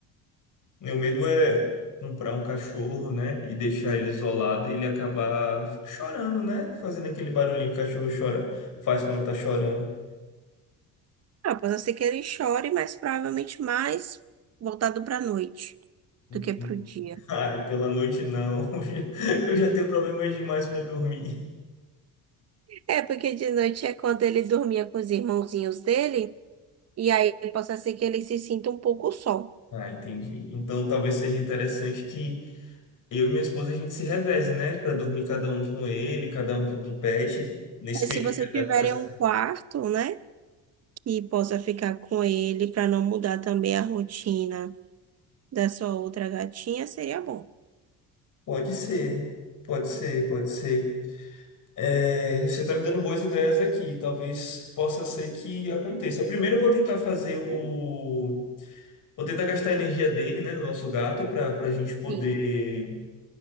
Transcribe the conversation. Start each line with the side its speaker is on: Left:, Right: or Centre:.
Left: Meu medo é comprar um cachorro, né? E deixar ele isolado e ele acabar chorando, né? Fazendo aquele barulhinho que o cachorro chora, faz quando tá chorando.
Right: Ah, pode ser que ele chore, mas provavelmente mais voltado pra noite
Left: <laughs> Entendi.
Right: do que pro dia.
Left: Ai, pela noite não. <laughs> Eu já eu já tenho problemas demais pra dormir.
Right: É, porque de noite é quando ele dormia com os irmãozinhos dele, e aí possa ser que ele se sinta um pouco só.
Left: Ah, entendi. Então talvez seja interessante que eu e minha esposa a gente se reveze, né? Pra dormir cada um com ele, cada um com algum pet. Nesse
Right: É,
Left: período
Right: se vocês
Left: de
Right: tiverem
Left: adaptação.
Right: um quarto, né, que possa ficar com ele pra não mudar também a rotina da sua outra gatinha, seria bom.
Left: Pode ser, pode ser, pode ser. É, você tá me dando boas ideias aqui. Talvez possa ser que aconteça. Primeiro eu vou tentar fazer o. Vou tentar gastar a energia dele, né? Do nosso gato, pra, pra gente poder
Right: Sim.